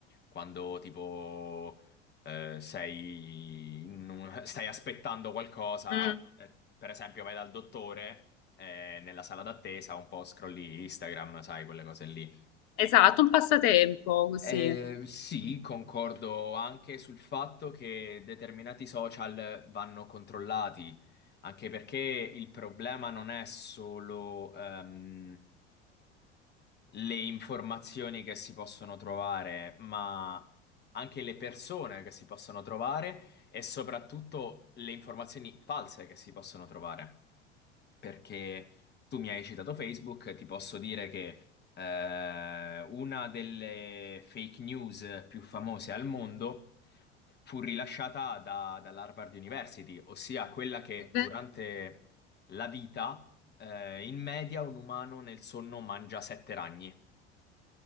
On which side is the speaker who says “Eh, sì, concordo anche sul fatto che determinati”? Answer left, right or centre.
Left